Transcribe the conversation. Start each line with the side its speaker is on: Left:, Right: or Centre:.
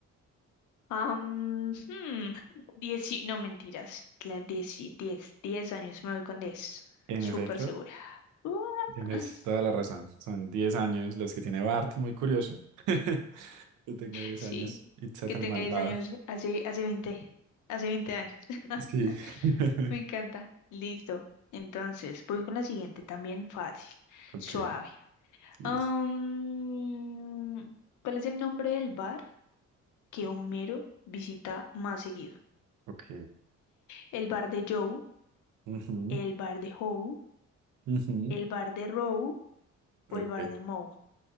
Left: Am, hmm, dieci- no mentiras, la dieci- diez, diez años, me voy con diez,
Right: En
Left: súper
Right: efecto,
Left: segura. Ua.
Right: tienes
Left: <laughs>
Right: toda la razón. Son diez años los que tiene Bart, muy curioso. <laughs> Que tenga diez
Left: Sí,
Right: años y sea
Left: que
Right: tan
Left: tenga
Right: malvado.
Left: diez años, hace, hace veinte, hace veinte años, <laughs>
Right: Sí. <laughs>
Left: me encanta. Listo, entonces voy con la siguiente, también fácil,
Right: Ok,
Left: suave.
Right: listo.
Left: Am, ¿cuál es el nombre del bar que Homero visita más seguido?
Right: Ok,
Left: ¿El bar de Joe,
Right: Ujú,
Left: el bar de Hobo,
Right: ujú.
Left: el bar de Row
Right: ok,
Left: o el bar de Moe?